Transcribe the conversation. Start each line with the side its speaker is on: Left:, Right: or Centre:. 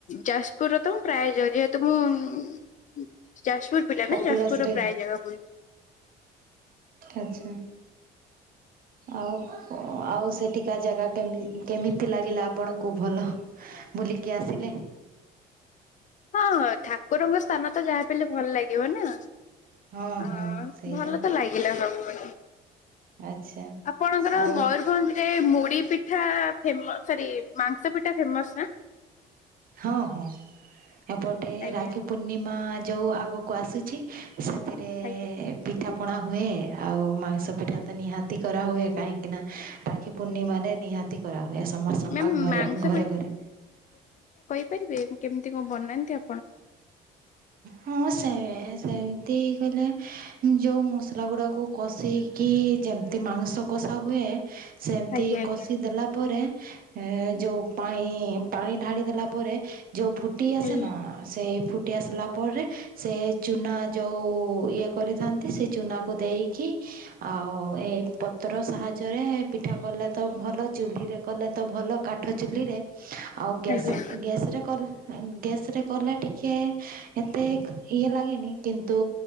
Left: ଯାଜପୁରର ତ ମୁଁ ପ୍ରାୟ ଯାଉଛି। ଯେହେତୁ ତ ମୁଁନ ଯାଜପୁର ପିଲା
Right: କପିଳାସରେ
Left: ନା ଯାଜପୁରର ପ୍ରାୟ ଜାଗା ବୁଲ
Right: ଆଚ୍ଛା ଆଉ ଆଉ ସେଠିକା ଜାଗା କେମି କେମିତି ଲାଗିଲା ଆପଣ କୁ ଭଲ ବୁଲିକି ଆସିଲେ।
Left: ହଁ ହଁ ଠାକୁରଙ୍କ ସ୍ଥାନ ତ ଯାହା ହେଲେ ଭଲ ଲାଗିବ ନା।
Right: ହଁ
Left: ଆଉ
Right: ହଁ ସେଇଟା
Left: ଭଲ ତ ଲାଗିଲା ସବୁବେ
Right: ଆଚ୍ଛା
Left: ଆପଣଙ୍କର
Right: ଆଉ
Left: ମୟୂରଭଞ୍ଜ ରେ ମୁ ଢ଼ି ପିଠା ଫେମ ସରି ମାଂସ ପିଠା ଫେମସ୍ ନା
Right: ହଁ ହଁ ଏପଟେ
Left: ଆଜ୍ଞା
Right: ରାକ୍ଷୀ ପୂର୍ଣ୍ଣିମା। ଯେଉଁ ଆଗକୁ ଆସୁଛି ସେଥିରେ
Left: ଆଜ୍ଞା
Right: ପିଠା ପଣା ହୁଏ ଆଉ ମାଂସ ପିଠା ତ ନିହାତି କରା ହୁଏ କାହିଁକିନା ରା କ୍ଷୀ ପୂର୍ଣ୍ଣିମାରେ ନିହାତି କରାହୁଏ ସମସ୍ତଙ୍କ
Left: ମ୍ୟାମ୍
Right: ଘରେ
Left: ମାଂସ
Right: ଘରେ ଘରେ।
Left: ପାରିବେ କେମିତି କଁ ବନାନ୍ତି ଆ
Right: ହଁ ସେ ଏଁ ସେମିତି କହିଲେ ଯେଉଁ ମସଲା ଗୁଡ଼ାକୁ କଷିକି ଯେମିତି ମାଂସ କଷା ହୁଏ ସେମିତି
Left: ଆଜ୍ଞା ଆଜ୍ଞା
Right: କଷି ଦେଲା ପରେ ଏଁ ଯେଉଁ ପାଣି ପାଣି ଢାଳି ଦେଲା ପରେ ଯେଉଁ ଫୁଟି ଆସେନା
Left: ଆଜ୍ଞା
Right: ଫୁଟି ଆସିଲା ପରେ ସେ ଚୁନା ଯେଉ ଇଏ କରିଥାନ୍ତି ସେ ଚୁନାକୁ ଦେଇକି କି ଆଉ ଏ ପତ୍ରର ସାହାଯ୍ୟରେ ପିଠା କଲେ ତ ଭଲ ଚୁଲ୍ହୀରେ କଲେ ତ ଭଲ କାଠ ଚୁଲ୍ହୀରେ। ଆଉ ଗ୍ୟାସ୍
Left: ଆଜ୍ଞା।
Right: ଏଁ ଗ୍ୟାସ୍ କରୁ ଏଁ ଗ୍ୟାସ୍ ରେ ଟିକେ ଏତେ ଇଏ ଲାଗେନି କିନ୍ତୁ